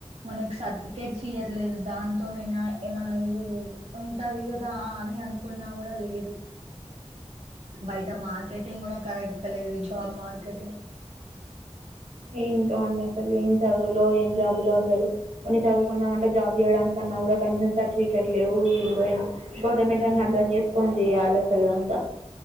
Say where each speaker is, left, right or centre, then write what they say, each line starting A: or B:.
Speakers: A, on the right (about 65°); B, on the right (about 80°).
A: మనకి సర్టిఫికేట్స్ ఇయట్లేదు దాంతోనేనా ఏమన్నా యూస్ ఉంటది కదా అని అనుకున్నా కూడా లేదు బయట మార్కెటింగ్ కూడా కరెక్ట్ గా లేదు జాబ్ మార్కెటింగ్
B: ఏంటో అండి అసలు ఏం చదువులో ఏం జాబులో అసలు కొన్ని చదువుకున్నాంమ జాబ్ చేయడానికిన్నా కూడా కనీస సర్టిఫికెట్ లేవు ఏం లేవు గవర్నమెంట్
A: హ్మ్.
B: అన్న అర్థం చేస్ కొన్ జెయ్యాలె అసలు ఇదంతా